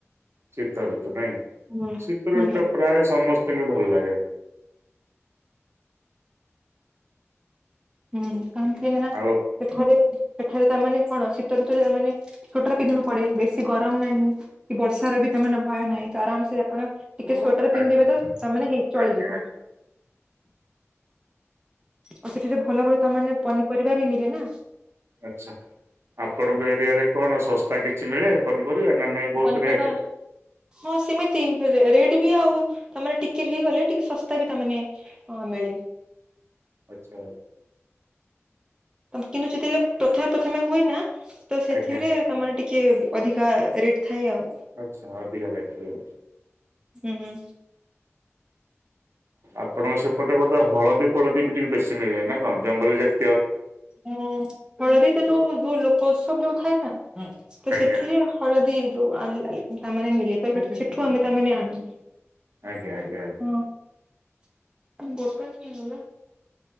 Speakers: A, on the right (about 60°); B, on the right (about 15°).
A: ଶୀତଋତୁ ନାଇଁ
B: ହୁଁ
A: ଶୀତଋତୁ
B: ହୁଁ
A: ଟା ପ୍ରାୟ ସମସ୍ତେଙ୍କୁ ଭଲ ଲାଗେ।
B: ହୁଁ କାହିଁକି ନା ସେଠାରେ
A: ଆଉ
B: ସେଠାରେ <inaudible> ତାମାନେ କଣ ଶୀତ ଋତୁରେ ତାମାନେ ସ୍ୱେଟର ପିନ୍ଧିବାକୁ ପଡ଼େ ବେଶୀ ଗରମ ନାହିଁ। କି ବର୍ଷା ର ବି ତା ମାନେ ଭୟ ନାହିଁ ତ ଆରାମ୍ ସେ ଆପଣ ଟିକେ ସ୍ଵେଟର
A: ଆଜ୍ଞା
B: ପିନ୍ଧିବେ ତ ତାମାନେ ଚଳିଯିବ।
A: ଆଜ୍ଞା ଆଜ୍ଞା
B: ଆଉ ସେଠାରେ ଭଲ ଭଲ ତା ମାନେ ପନିପରିବା ବି ମିଳେ ନା।
A: ଆଚ୍ଛା, ଆପଣଙ୍କ ଏରିଆରେ କଣ ଶସ୍ତା କିଛି ମିଳେ ପନିପରିବା ନା ନାଇଁ ବହୁତୁ
B: ପନିପରିବା
A: ରେଟ୍?
B: ହଁ ସେମିତି, ରେଟ୍ ବି ଆଉ ତାମାନେ ଟିକେ ହେଇଗଲେ ଟିକେ ଶସ୍ତା ବି ତା ମାନେ ହଁ ମିଳେ।
A: ଆଚ୍ଛା।
B: କିନ୍ତୁ ଯେତେବେଳେ ପଥମେ ପଥମେ ହୁଏ ନା ତ ସେଥିରେ
A: ଆଜ୍ଞା
B: ତମର ଟିକ୍ କିଏ ଅଧିକା ରେଟ୍ ଥାଏ ଆଉ।
A: ଆଚ୍ଛା ଅଧିକା ରେଟ୍ ରୁହେ।
B: ହୁଁ ହୁଁ।
A: ଆପଣଙ୍କ ସେପଟେ ବୋଧେ ହଳଦୀ ଫଳଦୀ ବି ଟିକେ ବେଶୀ ମିଳେ ନା କଣ ଜଙ୍ଗଲୀ ଜାତ୍
B: ହଁ ହଳଦୀ ତ ଯୋଉ ଯୋଉ ଲୋକ ସବୁ ଥାଏ ନା ତ
A: ଆଜ୍ଞା
B: ସେଥିରେ ହଳଦୀ ଯୋଉ ତାମାନେ ମିଲେଇ ପାରିବେ ତ ସେଠୁ ଆମେ ତାମାନେ ଆନୁ।
A: ଆଜ୍ଞା
B: ହାଲୋ
A: ଆଜ୍ଞା ଆଜ୍ଞା
B: ହଁ। ବୋଟଲ କି ଗଲା।